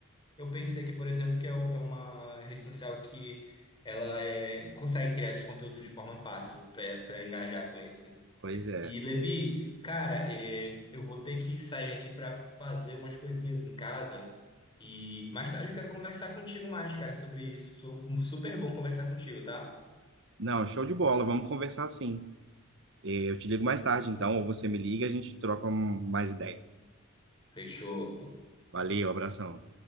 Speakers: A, on the left; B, on the right.
A: eu pensei que, por exemplo, que é o- é uma rede social que ela é, consegue criar esses conteúdos de forma fácil para engajar com eles, né?
B: Pois é.
A: E Levi, cara, é, eu vou ter que sair aqui para fazer umas coisinhas em casa e mais tarde eu quero conversar contigo mais, cara, sobre isso. Sou super bom conversar contigo, tá?
B: Não, show de bola. Vamos conversar sim. Eh, Eu te ligo mais tarde, então, ou você me liga, a gente troca um- mais ideia.
A: Fechou.
B: Valeu, abração.